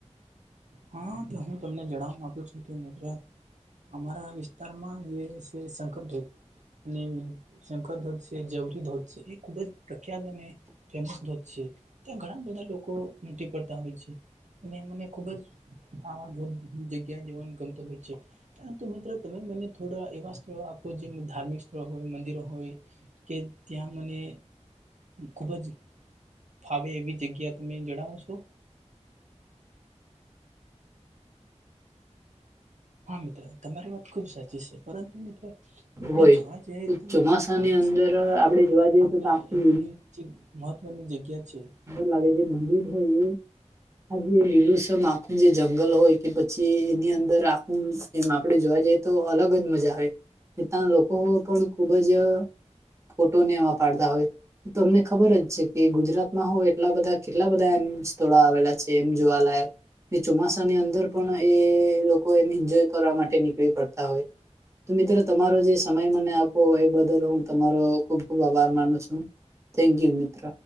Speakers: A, on the right; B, on the right.
A: હા તો હું તમને જણાવવા છું કે મિત્ર અમારા વિસ્તારમાં જે છે શંકરદેવ અને શંકર ધોધ છે જવરી ધોધ છે એ ખુબ જ પ્રખ્યાત અને ફેમસ ધોધ છે. ત્યાં ઘણા બધા લોકો ઉમટી પડતા હોય છે અને મને ખુબ જ આ ઘર જગ્યાએ જવાન ગમતો હોય છે. પરંતુ મિત્રો તમે મને થોડા એવા સ્થળો આપો જે ધાર્મિક સ્થળો હોય મંદિરો હોય કે ત્યાં મને ખુબ જ ફાવે એવી જગ્યા તમે જણાવશો? હા મિત્રો તમારી વાત ખુબ સાચી છે પરંતુ મિત્રો આપણે
B: હોય
A: જોવા જઈએ તો
B: ચોમાસાની
A: હાલના
B: અંદર
A: સમયમાં
B: આપણે જોવા જઈએ
A: આપણે
B: તો આખું
A: એની મહત્વની જગ્યા છે.
B: અર લાગે જે મંદિર હોય એ. આ જે લીલુંસમ આખું જે જંગલ હોય કે પછી એની અંદર આખું એમ આપડે જોવા જઈએ. તો અલગ જ મજા આવે ત્યાં લોકો પણ ખુબ જ ફોટો ને એવા પાડતા હોય. તમને ખબર જ છે કે ગુજરાતમાં હો એટલા બધા કેટલા બધા એમ સ્થળો આવેલા છે એમ જોવાલાયક. એ ચોમાસાની અંદર પણ એ લોકો એમ એન્જોય કરવા માટે નીકળી પડતા હોય. તો મિત્ર તમારો જે સમય મને આપો એ બદલ હું તમારો ખુબ ખુબ આભાર માનું છું. થેન્ક યુ મિત્ર.